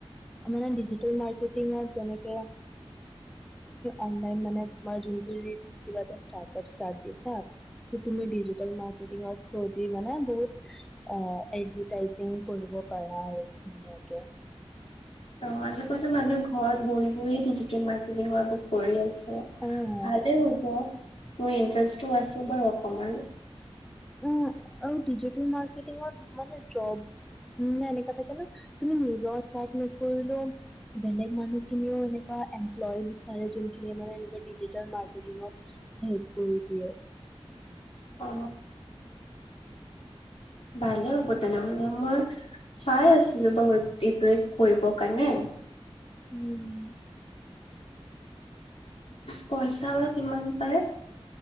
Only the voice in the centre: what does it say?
মানে ডিজিটেল মাৰ্কেটিঙত যেনেকে অনলাইন মানে তোমাৰ যোনটো যি তুমি কিবা এটা ষ্টাৰ্টআপ ষ্টাৰ্ট দিছা তুমি ডিজিটেল মাৰ্কেটিঙৰ থ্ৰু দি মানে বহুত অ এডভাৰ্তাইছিং কৰিব পাৰা। আৰু ধুনীয়াকে।
অ'
উ আৰু ডিজিটেল মাৰ্কেটংৰ মানে জব। উ নে এনেকোৱা থাকে ন তুমি নিজৰ ষ্টাৰ্ট নকৰিলেও বেলেগ মানুহ খিনিও এনেকুৱা। এমপ্লয় বিচাৰে যোনখিনিয় মানে এনেে ডিজিতেল মাৰ্কেটিঙত হেল্প কৰি দিয়ে। <unintelligible>
উম।